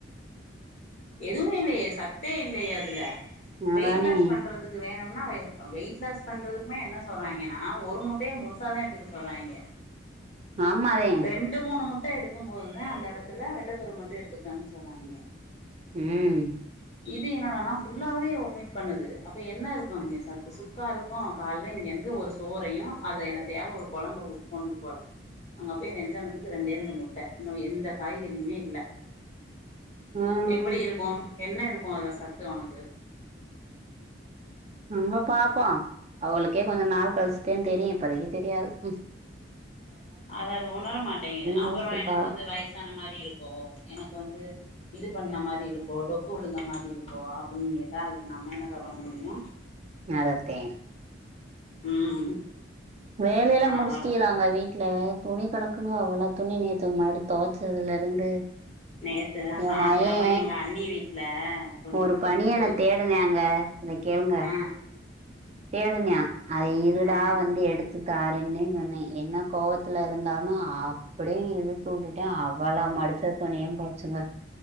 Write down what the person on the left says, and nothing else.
எதுவுமே இல்லையே சத்தே இல்லையே அதுல வெயிட்
லாஸ் பண்றதுக்கு வேணு ன்னா வெவ் அ வெயிட் லாஸ் பண்றதுக்குமே என்ன சொல்றாங்கன்னா ஒரு முட்டைய முழுசாத எடுத்துக்க சொல்றாய்ங்க
ரெண்டு மூணு முட்ட எடுத் க்கம் போதுதா அந்த எடத்துல வெள்ளக்கரு மட்டு எடுத்துக்கன் சொல்றாய்ங்க
இது என்னடானா ஃபுல்லாவே ஒமிட் பண்ணுது அப்ப என்ன ருக்கு அங்க சத்து சுக்கா ருக்கு கால்ல இங்க என் ந்து ஒரு சோறையு அத எனத்தையாவது ஒரு கொழம்ப ஊத்தி கொண்டு போற அங்கப்பயே வெஞ்சானத்துக்கு ரெண்டே ரெண்டு முட் ட இன்னு எந்த காய்கறியுமே இல்ல
எப்படி இருக்கு என்ன இருக்கு அதுல சத்து ஒனக்கு
அதாவ்து உணர மாட்டேங்குது அப்பறொ
எனக்கு வந்து வயசான மாரி இருக்கோ எனக்கு வந்து இது பண்ண மாரி இருக்கோ டொக்கு வுழுந்த மாரி இருக்கோ அப்டின் கேட்டா அதுக்கு நம்ம என்னக்கா பண்ண முடியு
ம்
அவ்ளோதா
நேத்து நா சாயங்காலோ
எங்க அண்ணி வீட்ல கொஞ்சோண்டு
லிக்யூட்
ஆ
ஆ